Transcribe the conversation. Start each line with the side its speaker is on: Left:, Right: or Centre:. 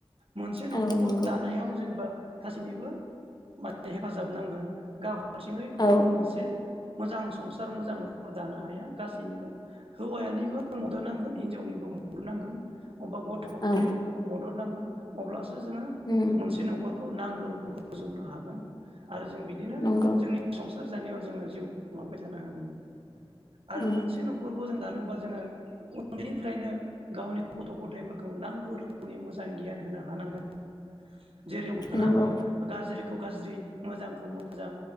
Right: मोनसे नखरखौ
Left: औ नंगौ
Right: दानायाव गासिनिबो हेफाजाब नांगोन गाव हारसिङै गो
Left: औ
Right: मोनसे मोजां संसार मोजां नखर दानो हाया। गासैनिबो हौवायानिबो मदद नांगोन हिनजावनिबो मदद नांगोन अबा गथ-गथायनिबो
Left: औ
Right: मदद नांगौ अब्लासो जों
Left: उम
Right: मोनसे नखर खौ नांगौ रोखोम फोजौनो हागोन आरो जों बिदिनो
Left: नंगौ
Right: जोंनि संसा सार जानायाव जोङो जिउ खुंलांबाय थानो हागोन नोंथां। आरो
Left: उम
Right: मोनसे नखरखौ जों दानो बा जोङो उन्दैनिफ्रायनो गावनि गथ गथायफोरखौ नांगौ रोखोमनि मोजां गियान होनो हानांगोन जेरै <unintelligible>
Left: नंगौ
Right: गाज्रि गाज्रि मोजांखौ मोजां